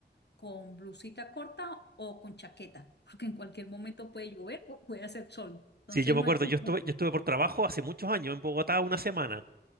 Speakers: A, on the left (about 70°); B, on the right (about 55°).
A: con blusita corta o con chaqueta, <laughs> porque en cualquier momento puede llover o puede hacer sol. Entonces
B: Sí, yo me
A: no
B: acuerdo,
A: hay como...
B: yo estuve, yo estuve por trabajo hace muchos años en Bogotá una semana.